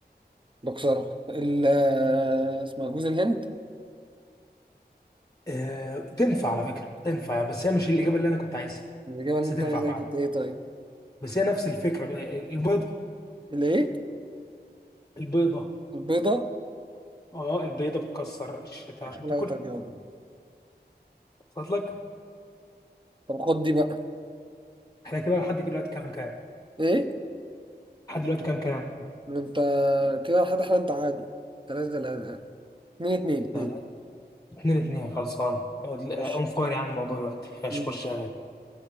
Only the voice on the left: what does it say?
آه... تنفع على فكره تنفع يعني بس هي مش الاجابه اللي انا كنت عايزها
بس تنفع
فعلا
بس هي نفس الفكره آه، البيضه
البيضه
اه البيضه بتكسر الشتاء عشان
تاكلها
وصلت لك
احنا كده لحد دلوقتي كام كام
لحد دلوقتي كام كام
لا لا اتنين اتنين خلصان اون
فاير يعني الموضوع دلوقتي مش
مش شغال